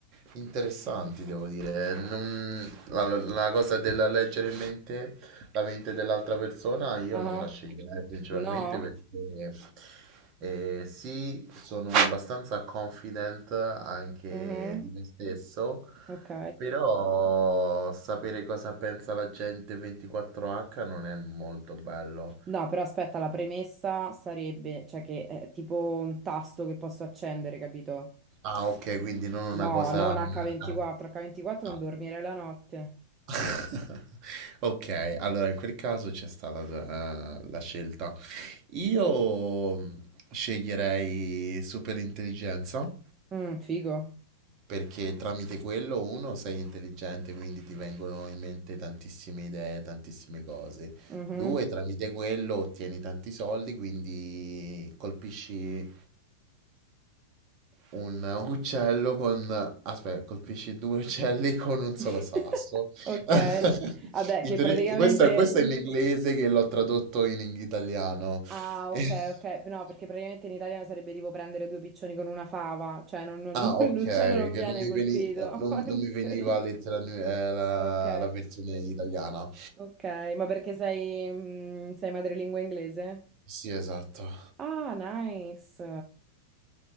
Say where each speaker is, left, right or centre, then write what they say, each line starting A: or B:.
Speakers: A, on the right; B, on the right.
A: interessanti, devo dire. Non- La, la cosa della leggere in mente la mente dell'altra persona io
B: Ah,
A: non la sceglierei principalmente
B: no?
A: perché eh, sì, sono abbastanza confident anche
B: Mhm,
A: di me stesso,
B: Ok.
A: però sapere cosa pensa la gente 24H non è molto bello.
B: No, però aspetta, la premessa sarebbe, cioè che è tipo un tasto che posso accendere, capito?
A: Ah, ok, quindi non una
B: No,
A: cosa...
B: non
A: ah,
B: H24, H24
A: ah.
B: non dormire la notte.
A: <laughs> Ok, allora in quel caso c'è sta la, eh, la scelta. Io mm, sceglierei super intelligenza
B: Mm, figo.
A: perché tramite quello uno sei intelligente, quindi ti vengono in mente tantissime idee, tantissime cose.
B: Mhm.
A: Due, tramite quello ottieni tanti soldi, quindi colpisci un uccello con... Aspetta, colpisci due uccelli con un solo
B: <laughs>
A: sasso.
B: Ok,
A: <laughs>
B: vabbè,
A: In
B: che
A: teoria-
B: praticamente...
A: questo, è questo è in inglese che l'ho tradotto in ing- italiano.
B: Ah, ok,
A: <laughs>
B: ok, no, perché praticamente in italiano sarebbe tipo prendere due piccioni con una fava, cioè non- non-
A: Ah,
B: <laughs>
A: ok,
B: l'uccello non
A: che
B: viene
A: non mi
B: colpito,
A: veni- no, non-
B: <laughs>
A: non
B: in
A: mi
B: teoria.
A: veniva, lettera- eh, la,
B: Ok.
A: la versione italiana.
B: Ok, ma perché sei, mm, sei madrelingua inglese?
A: Sì, esatto.
B: Ah, nice.